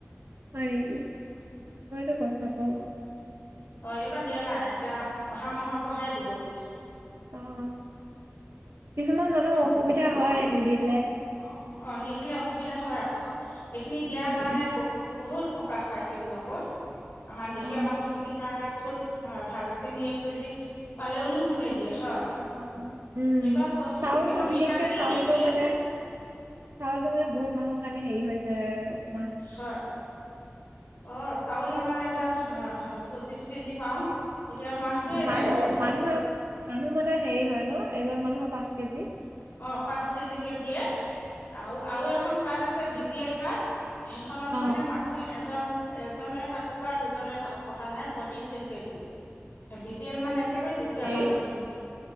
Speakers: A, on the right; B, on the left.
A: হয় নেকি। মই টো গম নাপাওঁ। <unintelligible>
B: অ এইবাৰ দিয়া নাই। এতিয়া অহা অহা মাহৰ পৰাহে দিব বোলে।
A: আহ। কিছুমান মানুহৰ অসুবিধা হয়। কে ডি কেদিত
B: অ অ নিদিলে অসুবিধা হয়। আকৌ এইখিনি দিয়াৰ
A: উম
B: কাৰণে বহ বহুত সকাহ পাইছিলো আকৌ। আমাৰ দুখীয়া
A: অ
B: মানুহখিনিৰ কাৰণে বহুত হয়। ভাল হৈছে নেকি এক কেজি পালেওনো কোনে দিয়ে। হয়
A: অ উম।
B: এইবাৰ
A: চাউলটো
B: এইবাৰ
A: বিশেষকে
B: মিঠাতেলো
A: চাউলটো
B: দিম বুলি
A: মানে
B: কৈছে
A: চাউলতটো মানে বহুত মানুহৰ কাৰণে হেৰি হৈ যায় আৰু। মাহটো
B: হয়। অ চাউল আমাৰ এতিয়া পঁচিশ কেজি পাওঁ। এতিয়া মাহটোৱে
A: মানুহ
B: যায়গৈ
A: মানুহে মানুহ মতে হেৰি হয় ন? এজন মানুহৰ পাঁচ কেজি।
B: অ পাঁচ কেজিকে দিয়ে আৰু আৰু এখন কাৰ্ড আছে বিয়েল কাৰ্ড। সেইখনত
A: অ
B: মানে মানুহ এজন এজনে থাকো বা দুজনেই থাকো কথা নাই পঁয়ত্ৰিশ কেজিকে দিয়ে। বি পি এল মানে একেবাৰে দুপ
A: হেৰি
B: মানুহখিনি।